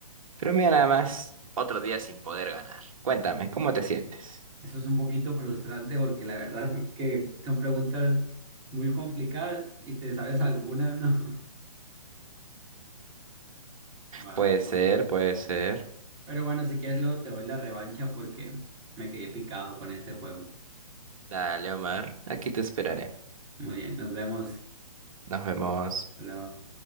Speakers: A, on the right; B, on the right.
A: Pero mira nada más, Otro día sin poder ganar. cuéntame, ¿cómo te sientes?
B: Eso es un poquito frustrante porque la verdad que son preguntas muy complicadas y te sabes algunas, ¿no? <laughs> Guay.
A: Puede ser, puede ser.
B: Pero bueno, si quieres luego te doy la revancha porque me quedé picado con este juego.
A: Dale, Omar. Aquí te esperaré.
B: Muy bien, nos vemos.
A: Nos vemos.
B: Hasta Luego.